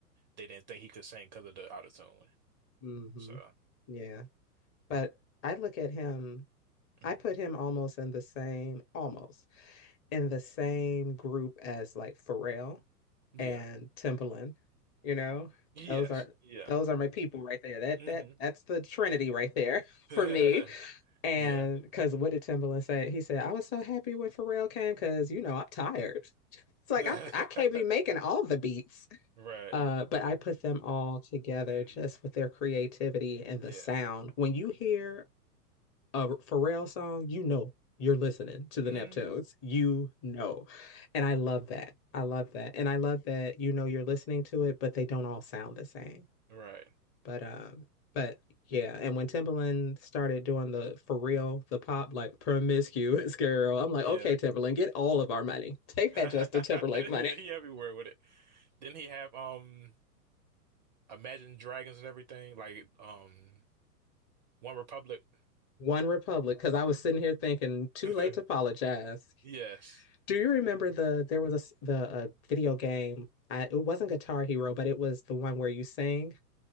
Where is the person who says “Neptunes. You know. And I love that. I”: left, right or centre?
Left